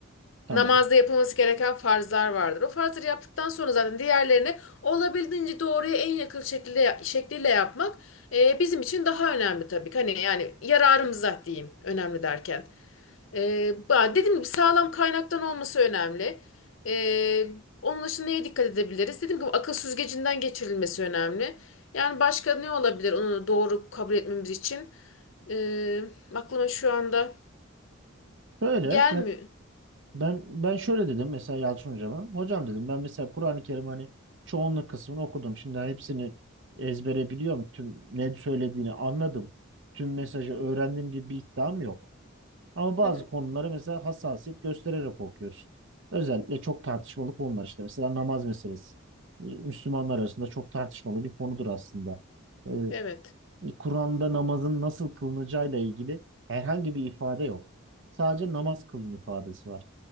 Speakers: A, on the right; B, on the left.
A: Tamam.
B: Namazda yapılması gereken farzlar vardır. O farzları yaptıktan sonra zaten diğerlerini olabildiğince doğruya en yakın şekilde şekliyle yapmak e, bizim için daha önemli tabii ki. Hani yani yararımıza diyeyim önemli derken. Ee, ba- dediğim gibi sağlam kaynaktan olması önemli. Ee, onun dışında neye dikkat edebiliriz? Dediğim gibi akıl süzgecinden geçirilmesi önemli. Yani başka ne olabilir onu doğru kabul etmemiz için? Ee, aklıma şu anda
A: Böyle
B: gelmiyor.
A: Ben ben şöyle dedim mesela Yalçın hocama. Hocam dedim ben mesela Kur'an-ı Kerim hani çoğunluk kısmını okudum. Şimdi hani hepsini ezbere biliyorum. Tüm ne söylediğini anladım. Tüm mesajı öğrendiğim gibi bir iddiam yok. Ama bazı
B: Hı hı,
A: konulara mesela hassasiyet göstererek okuyorsun. Özellikle çok tartışmalı konular işte. Mesela namaz meselesi. Ee, Müslümanlar arasında çok tartışmalı bir konudur aslında. Ee,
B: Evet.
A: Kur'an'da namazın nasıl kılınacağıyla ilgili herhangi bir ifade yok. Sadece namaz kılın ifadesi var.